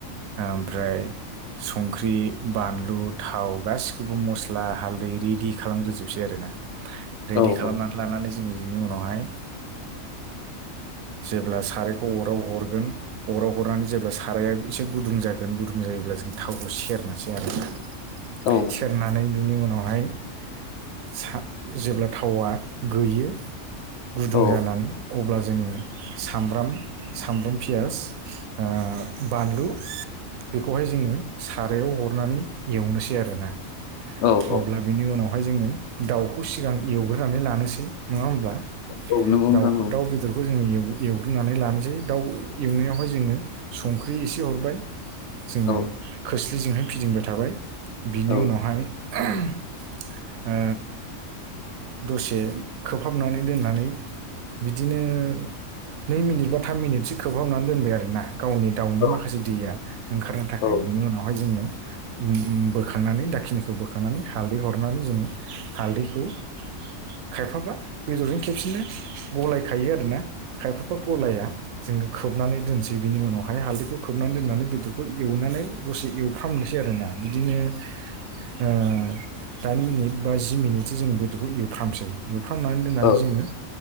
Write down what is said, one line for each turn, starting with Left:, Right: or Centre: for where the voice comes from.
Right: ओमफ्राय संख्रि, बानलु थाव गासिखौबो मस्ला हालदै रिडि खालामग्रोजोबसै आरो ना। रेडि
Left: औ
Right: खालामनानै
Left: औ
Right: लानानै जोंङो बिनि उनावहाय जेब्ला सारायखौ अराव हरगोन अराव हरनानै जेब्ला साराया एसे गुदुं जागोन गुदुं जाग जायोब्ला जों थावखौ सेरनोसै आरो ना
Left: औ
Right: सेरनानै। बिनि उनावहाय सा जेब्ला थावा गोयो। गुदुं
Left: औ
Right: जानानै अब्ला जोंङो सामब्राम सामब्राम पियास ओ बानलु बेखौहाय जोंङो सारायाव हरनानै एवनोसै आरोना
Left: औ औ
Right: अब्ला बिनि उनावहाय जोंङो दाउखौ सिगां एवग्रोनानै लानोसै। नंङा होमब्ला
Left: औ नंगौ नोंथां
Right: दाउखौ
Left: औ
Right: दाउ बेदरखौ जोंङो एव एवग्रोनानै लानोसै दाउ एवनायावहाय जोंङो संख्रि एसे हरबाय। जोंङो
Left: औ
Right: खोस्लिजोंहाय फिदिंबाय थाबाय बिनि
Left: औ
Right: उनावहाय। ओहोम ओ दसे खोबहाबनानै दोननानै। बिदिनो नै मिनिट बा थाम मिनिटसो खोबहाबनानै दोनबाय आरोना। गावनि दाउनि
Left: औ
Right: माखासे दैया ओंखारनो थाखाय
Left: औ
Right: बिनि उनावहाय जोंङो। बोखांनानै दाखिनिखौ बोखांनानै हालदै हरनानै जोंङो हालदैखौ। खायफाबा। बेदरजों खेबसेनो गलाय खायो आरोना खाय फाबा गलाया जोंङो खोबनानै दोनो। थिग बिनि उनावहाय हालदैखौ खोबनानै दोननानै बेदरखौ एवनानै दसे एवफामनोसै आरो ना। बिदिनो ओ दाइन मिनिट बा जि मिनिटसो जोंङ बेदरखौ एवफ्रामसै एवफ्रामनानै दोननानै
Left: औ
Right: जोंङो।